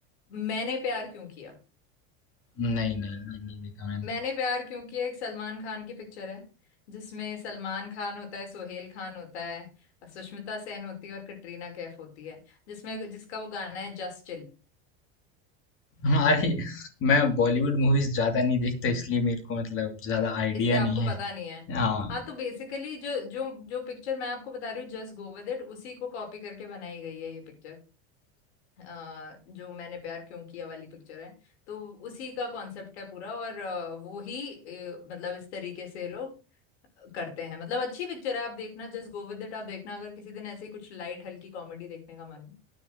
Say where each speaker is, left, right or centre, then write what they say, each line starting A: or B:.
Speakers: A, on the left; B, on the left.
A: मैंने प्यार क्यों किया
B: नहीं नहीं नहीं, नहीं देखा मैंने
A: मैंने प्यार क्यों किया एक सलमान खान की पिक्चर है जिसमें सलमान खान होता है सोहेल खान होता है और सुष्मिता सेन होती है और कटरीना कैफ होती है जिसमें जिसका वो गाना है जस्ट चिल
B: हमारे मैं बॉलीवुड मूवीज ज्यादा नहीं देखता इसलिए मेरे को मतलब ज्यादा आइडिया
A: इसलिए आपको
B: नहीं
A: पता
B: है
A: नहीं है
B: हाँ
A: हाँ तो बेसिकली जो जो जो पिक्चर मैं आपको बता रही हूँ जस्ट गो विद इट उसी को कॉपी करके बनाई गई है ये पिक्चर। अ, जो मैंने प्यार क्यों किया वाली पिक्चर है तो उसी का कॉन्सेप्ट है पूरा और अ, वो ही अ, मतलब इस तरीके से लोग करते हैं मतलब अच्छी पिक्चर है आप देखना जस्ट गो विद इट आप देखना अगर किसी दिन ऐसी कुछ लाइट हल्की कॉमेडी देखने का मन हो।